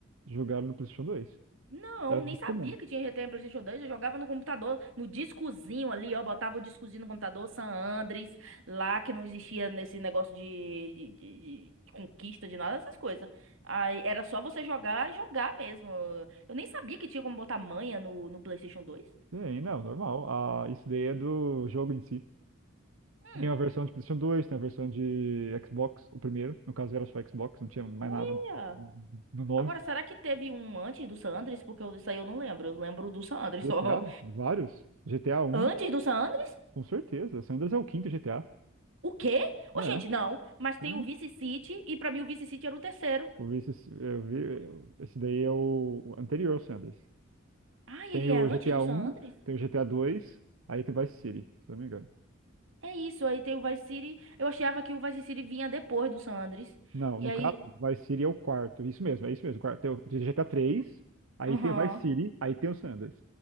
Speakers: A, on the right (about 85°); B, on the right (about 70°).
A: jogaram no PlayStation dois
B: Não,
A: Era
B: nem
A: muito
B: sabia
A: comum.
B: que tinha GTA em PlayStation 2. Eu jogava no computador, no discozinho ali, ó. Botava o discozinho no computador, San Andres, lá que não existia nesse negócio de, de, de- de conquista, de nada dessas coisas. Aí era só você jogar, jogar mesmo. Eu nem sabia que tinha como botar manha no, no PlayStation 2.
A: Tem, não, normal. Ah, isso daí é do jogo em si.
B: Hum,
A: Tem a versão de PlayStation dois tem a versão de Xbox, o primeiro. No caso era só Xbox, não tinha mais
B: uia.
A: nada no nome.
B: Agora, será que teve um antes do San Andres? Porque eu- isso aí eu não lembro. Eu lembro do San Andres
A: GTA,
B: só.
A: vários. GTA um
B: Antes do San Andres?
A: com certeza. San Andreas é o quinto GTA.
B: O quê? Ô,
A: É,
B: gente, não. Mas
A: sim.
B: tem o Vice City, e pra mim o Vice City era o terceiro.
A: Eu vi esse, eu vi, esse daí é o o anterior ao San Andreas.
B: Ah, ele
A: Tem
B: é
A: o
B: antes
A: GTA
B: do San
A: um
B: Andres?
A: tem o GTA dois aí tem Vice City, se não me engano.
B: É isso, aí tem o Vice City. Eu achava que o Vice City vinha depois do San Andres.
A: Não,
B: E
A: no
B: aí.
A: caso, Vice City é o quarto. Isso mesmo, é isso mesmo. O Quarto. Tem o de GTA 3, aí
B: Aham.
A: tem o Vice City, aí tem o San Andreas.